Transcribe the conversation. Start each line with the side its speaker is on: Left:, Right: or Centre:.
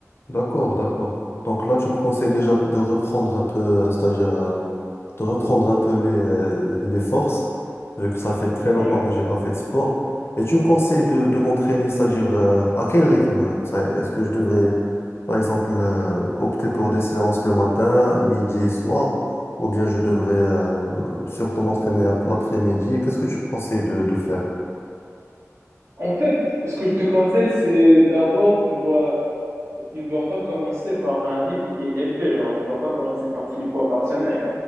Left: D'accord, d'accord. Donc là, tu me conseilles déjà de reprendre un peu, euh, c'est-à-dire euh, de reprendre un peu les, euh, les forces, vu que ça fait très longtemps
Right: Ouais.
Left: que j'ai pas fait de sport. Et tu me conseilles de, de m'entraîner, c'est-à-dire euh, à quel rythme? euh, Ça, Est-ce que je devrais, par exemple, euh, opter pour des séances le matin, midi et soir, ou bien je devrais euh, surtout m'entraîner ap- l'après-midi? Qu'est-ce que tu me conseilles de, de faire?
Right: En fait, ce que je te conseille, c'est d'abord, tu dois, tu ne dois pas commencer par un rythme qui est élevé, genre, tu ne dois pas commencer par six fois par semaine